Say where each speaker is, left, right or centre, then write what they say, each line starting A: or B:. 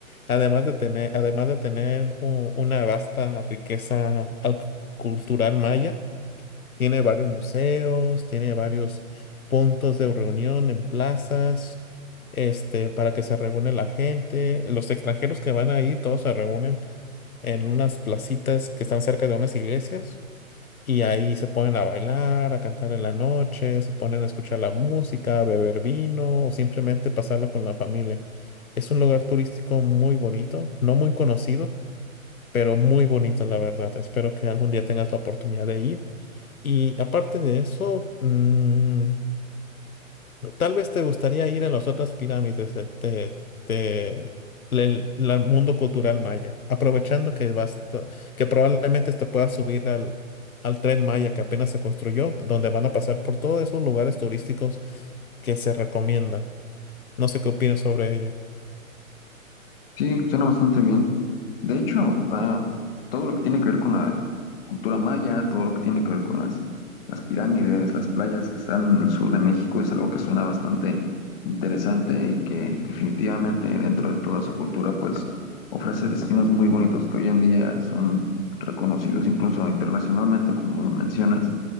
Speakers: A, on the left; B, on the left.
A: además de tener, además de tener u- una vasta riqueza al- cultural maya, tiene varios museos, tiene varios puntos de reunión en plazas, este, para que se reúne la gente. Los extranjeros que van ahí, todos se reúnen en unas placitas que están cerca de unas iglesias y ahí se ponen a bailar, a cantar en la noche, se ponen a escuchar la música, a beber vino o simplemente pasarlo con la familia. Es un lugar turístico muy bonito, no muy conocido, pero muy bonito, la verdad. Espero que algún día tengas la oportunidad de ir. Y aparte de eso, mm, ¿no? Tal vez te gustaría ir a las otras pirámides de, de- de- del la- mundo cultural maya, aprovechando que vas t- que probablemente te puedas subir al, al tren maya que apenas se construyó, donde van a pasar por todos esos lugares turísticos que se recomiendan. No sé qué opinas sobre ello.
B: Sí, suena bastante bien. De hecho, ah, todo lo que tiene que ver con la cultura maya, todo lo que tiene que ver con las, las pirámides, las playas que están en el sur de México es algo que suena bastante interesante y que definitivamente dentro de toda su cultura pues ofrece destinos muy bonitos que hoy en día son reconocidos incluso internacionalmente, como lo mencionas.